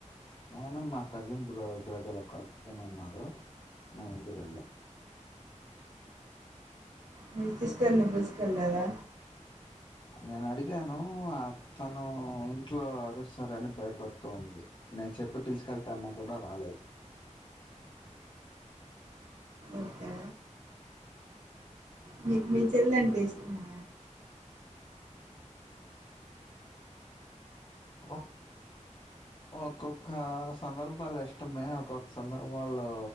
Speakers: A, on the left; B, on the right.
A: భాను మా కజిన్ బ్ర బ్రదర్ ఒకతను ఉన్నాడు మేము ఇద్దరు వెళ్ళాం
B: మీ సిస్టర్ ని తీసుకెల లేదా
A: నేను అడిగాను ఆ మనం ఇంట్లో అరుస్తారని భయపడుతుంది ంది నేను చెప్పి పిలిచుకెల్తా అన్నా కూడా రాలేదు
B: ఓకే మీకు మీ చెల్లి అంటే ఇష్టమా
A: ఓ ఒక్కొక్క సందర్భాలు ఇష్టమే ఒక్కొక్క సందర్భల్లో